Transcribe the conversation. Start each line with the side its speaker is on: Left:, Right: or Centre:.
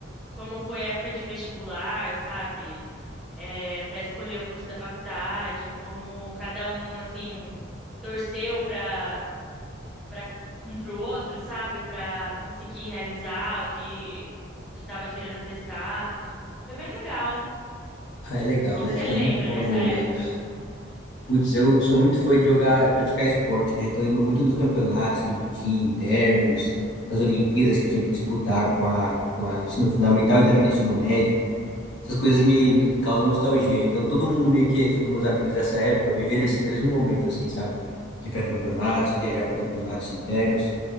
Centre: como foi a época de vestibular, sabe? É, para escolher o curso da faculdade, como cada um, assim, torceu para para um para o outro, sabe? Para conseguir realizar o que o que estava querendo prestar. Foi bem legal.
Left: Ah, é legal,
Centre: que
Left: né?
Centre: que
Left: A
Centre: você
Left: gente
Centre: lembra
Left: tem muito bons
Centre: dessa
Left: momentos.
Centre: época?
Left: Putz, eu sou muito fã de jogar, praticar esporte, né? Então eu lembro muito dos campeonatos que a gente tinha internos, das Olimpíadas que tinha que disputar com a, com a ensino fundamental e também no ensino médio. Essas coisas me, me causam nostalgia. Então todo mundo meio que são os meus amigos dessa época, vivendo esse mesmo momento, assim, sabe? De ir pra campeonatos, viajar pra campeonatos internos.